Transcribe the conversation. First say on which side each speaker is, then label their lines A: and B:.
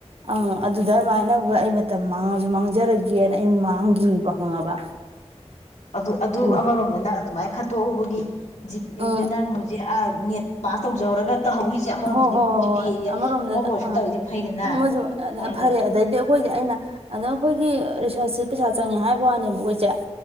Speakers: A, on the right; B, on the left.
A: ꯑꯪ ꯑꯗꯨꯗ ꯑꯗꯨꯃꯥꯏꯅꯅꯕ ꯑꯩ ꯃꯇꯝ ꯃꯥꯡꯉꯁꯨ ꯃꯥꯡꯖꯔꯒꯦꯅ ꯑꯩ ꯃꯥꯡꯈꯟꯈꯤꯕ ꯈꯪꯉꯕ
B: ꯑꯗꯨ ꯑꯗꯨ
A: ꯑꯗꯣ
B: ꯑꯃꯔꯣꯝꯗ ꯅ ꯑꯗꯨꯃꯥꯏꯅ ꯈꯠꯇꯣꯛꯎꯕꯒꯤ ꯖꯤꯞꯄꯤꯗ
A: ꯎꯝ
B: ꯅꯪ ꯍꯧꯖꯤꯛ ꯑ ꯅꯦꯠ ꯄꯥꯁ ꯇꯧꯖꯍꯧꯔꯒ ꯇꯧꯍꯧꯔꯤꯁꯦ ꯑꯃꯔꯣꯝꯗꯗꯤ
A: ꯍꯣꯏ ꯍꯣꯏ ꯍꯣꯏ
B: ꯖꯤꯄꯦ
A: ꯍꯣꯏ ꯑꯃꯔꯣꯝꯗ
B: ꯑꯃꯕꯨ ꯑꯣꯏꯔꯁꯨ
A: ꯑꯥ
B: ꯇꯧꯔꯤꯗꯤ ꯐꯩꯗꯅ
A: ꯑꯃꯖꯨ
B: ꯑꯗꯨꯒ
A: ꯐꯔꯦ ꯑꯗꯩꯗꯤ ꯑꯩꯈꯣꯏꯒꯤ ꯑꯩꯅ ꯑꯗ ꯑꯩꯈꯣꯏꯒꯤ ꯔꯤꯁꯔꯁꯁꯤ ꯄꯩꯁꯥ ꯆꯪꯉꯦ ꯍꯥꯏꯕ ꯋꯥꯅꯦꯕ ꯍꯣꯢꯁꯦ